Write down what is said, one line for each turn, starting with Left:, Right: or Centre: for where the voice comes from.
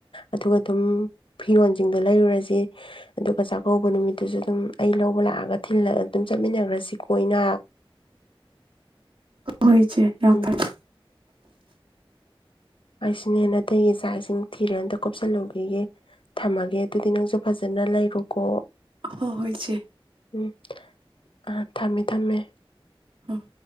Left: ꯑꯗꯨꯒ ꯑꯗꯨꯝ ꯐꯤꯔꯣꯁꯤꯡꯗꯣ ꯂꯩꯔꯨꯔꯁꯤ ꯑꯗꯨꯒ ꯆꯥꯛꯀꯧꯕ ꯅꯨꯃꯤꯠꯇꯨꯁꯨ ꯑꯗꯨꯝ ꯑꯩ ꯂꯧꯕ ꯂꯥꯛꯑꯒꯜꯂ ꯑꯗꯨꯝ ꯆꯠꯃꯤꯟꯅꯈ꯭ꯔꯁꯤ ꯀꯣꯏꯅ
Right: ꯍꯣꯏ ꯏꯆꯦ ꯌꯥꯝ
Left: ꯎꯝ
Right: ꯐꯔꯦ
Left: ꯑꯩꯁꯤꯅꯦ ꯑꯅꯥꯇꯩꯒꯤ ꯆꯥꯛ ꯏꯁꯤꯡ ꯊꯤꯔꯦ ꯑꯝꯇ ꯀꯨꯞꯁꯜꯂꯨꯈꯤꯒꯦ ꯊꯝꯃꯒꯦ ꯑꯗꯨꯗꯤ ꯅꯪꯁꯨ ꯐꯖꯅ ꯂꯩꯔꯨꯀꯣ
Right: ꯍꯁꯦ
Left: ꯎꯝ ꯑ ꯊꯝꯃꯦ ꯊꯝꯃꯦ
Right: ꯍꯣꯏ ꯍꯣꯏ